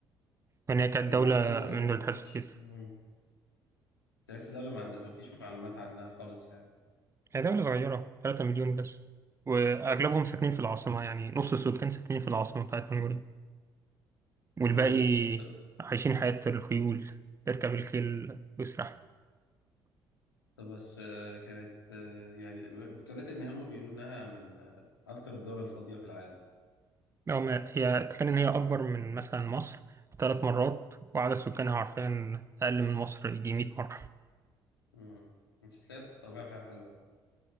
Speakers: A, on the right; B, on the left.
A: لأن هي كانت
B: مم،
A: دولة
B: بحس دولة يعني
A: من
B: م-
A: دول الاتحاد السوفيتي
B: مش مم. تحس دولة ما عند... ما فيش معلومات عنها خالص يعني
A: هي دولة صغيرة 3 مليون بس وأغلبهم ساكنين في العاصمة يعني نص السكان ساكنين في العاصمة بتاعت منغوليا والباقي
B: مم. ط-
A: عايشين حياة الخيول يركب الخيل ويسرح
B: طب بس آه كانت آه يعني كنت قريت ان هم بيقولوا انها من آه اكتر الدول الفاضية في العالم
A: لو ما هي تخيل إن هي أكبر من مثلا مصر ثلاث مرات وعدد سكانها عارفين أقل من مصر يجي مية مرة
B: مم. انت تلاقي الطبيعة فيها حلوة